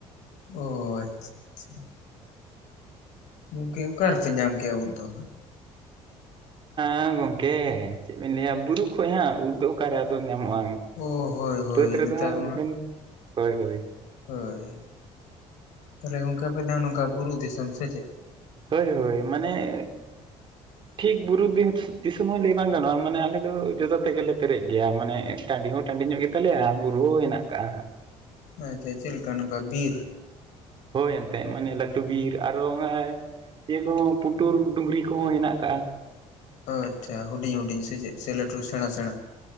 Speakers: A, on the left; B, on the right.
A: ᱚ ᱟᱪᱪᱷᱟ ᱟᱪᱪᱷᱟ᱾ ᱜᱚᱝᱠᱮ ᱚᱠᱟ ᱨᱮᱯᱮ ᱧᱟᱢ ᱠᱮᱜ-ᱟ ᱩᱫᱽ ᱫᱚ ᱦᱟᱸᱜ?
B: ᱦᱮᱸ ᱜᱚᱢᱠᱮ ᱪᱮᱫ ᱵᱤᱱ ᱞᱟᱹᱭᱟ ᱵᱩᱨᱩ ᱠᱷᱚᱡ ᱦᱟᱸᱜ ᱩᱫ ᱫᱚ ᱚᱠᱟᱨᱮ ᱟᱫᱚ ᱧᱟᱢᱚᱜᱼᱟ᱾
A: ᱚ ᱦᱳᱭ ᱦᱳᱭ
B: ᱵᱟᱹᱫᱽ ᱨᱮᱫᱚ
A: ᱱᱮᱛᱟᱨ
B: ᱦᱟᱸᱜ
A: ᱢᱟ
B: ᱵᱟᱵᱮᱱ ᱦᱳᱭ ᱦᱳᱭ᱾
A: ᱦᱳᱭ, ᱛᱟᱦᱞᱮ ᱜᱚᱝᱠᱮ ᱟᱯᱮ ᱫᱚ ᱦᱟᱸᱜ ᱱᱚᱝᱠᱟ ᱵᱩᱨᱩ ᱫᱤᱥᱚᱢ ᱥᱮ ᱪᱮᱫ?
B: ᱦᱳᱭ ᱦᱳᱭ ᱢᱟᱱᱮ
A: <inaudible>
B: ᱴᱷᱤᱠ ᱵᱩᱨᱩ ᱫᱤ-ᱫᱤᱥᱚᱢ ᱦᱚᱸ ᱞᱟᱹᱭ ᱵᱟᱝ ᱜᱟᱱᱚᱜᱼᱟ ᱢᱟᱱᱮ ᱟᱞᱮ ᱫᱚ ᱡᱚᱛᱚ ᱛᱮᱜᱮ ᱯᱮ ᱯᱮᱨᱮᱡ ᱜᱮᱭᱟ ᱢᱟᱱᱮ ᱴᱟᱺᱰᱤ ᱦᱚᱸ ᱴᱟᱺᱰᱤ ᱧᱚᱜ ᱜᱮᱛᱟ ᱞᱮᱭᱟ ᱟᱨ ᱵᱩᱨᱩ ᱦᱚᱸ ᱦᱮᱱᱟᱜ ᱠᱟᱜᱼᱟ ᱦᱟᱸᱜ᱾
A: ᱟᱪᱷᱟ ᱪᱮᱫ ᱞᱮᱠᱟ ᱱᱚᱝᱠᱟ ᱵᱤᱨ?
B: ᱦᱳᱭ ᱮᱱᱛᱮᱜ ᱢᱟᱱᱮ ᱞᱟᱹᱴᱩ ᱵᱤᱨ ᱟᱨ ᱚᱱᱮ ᱤᱭᱟᱹ ᱠᱚᱦᱚᱸ ᱯᱩᱴᱩᱨ ᱰᱩᱝᱨᱤ ᱠᱚᱦᱚᱸ ᱦᱮᱱᱟᱜ ᱠᱟᱜᱼᱟ᱾
A: ᱟᱪᱪᱷᱟ ᱦᱩᱰᱤᱧ ᱦᱩᱰᱤᱧ ᱥᱮ ᱪᱮᱫ ᱥᱮ ᱞᱟᱹᱴᱩ ᱥᱮᱬᱟ ᱥᱮᱬᱟ?